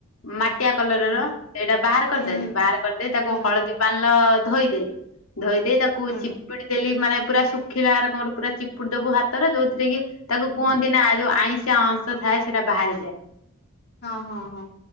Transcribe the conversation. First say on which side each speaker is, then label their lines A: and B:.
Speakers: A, on the left; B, on the left.
A: ମାଟି ଟିଆ କଲରର
B: ହୁଁ
A: ସେଇଟା ବାହାର କରିଦେଲି
B: ହୁଁ
A: ବାହାର କରିଦେଇ ତାକୁ
B: ହୁଁ
A: ହଳଦୀ ପାଣିରେ ଧୋଇଦେଲି ଧୋଇଦେଇ କୁ
B: ହୁଁ
A: ଚିପୁଡ଼ି ଦେଲି ମାନେ ପୁରା ଶୁ ଖିଲାରମର ପୁରା ଚିପୁଡ଼ି ଦବୁ ହାତର ଯୋଉଥିରେ କି ତାକୁ
B: ହୁଁ
A: କୁହନ୍ତି ନା ଯୋଉ ଆଇଁଷ ଚାଶ ଥାଏ ସେଟା ବାହାରିଯାଏ।
B: ହଁ ହଁ ହଁ